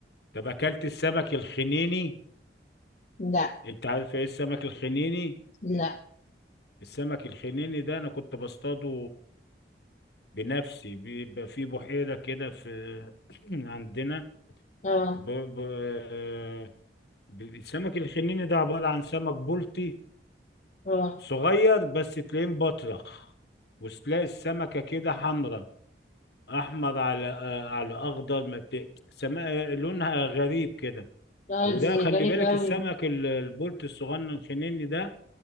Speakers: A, on the left; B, on the left.
A: طب اكلت السمك الخنيني
B: لا
A: انت عارف ايه السمك الخنيني
B: لا
A: السمك الخنيني ده انا كنت بصطاده بنفسي بيبقى في بحيرة كده في <clears throat> عندنا
B: اه
A: ب... ب... آه، ب- السمك الخنيني ده عبارة عن سمك بلطي
B: اه
A: صغير بس تلاقيه مبطرخ وتلاقي السمكة كده حمرا أحمر على آه، على أخضر ما ت- سما... آه، لونها غريب كده
B: اه
A: وده
B: دي
A: خلي
B: غريبه
A: بالك
B: قوي
A: السمك ال- البولت الصغنن الخنيني ده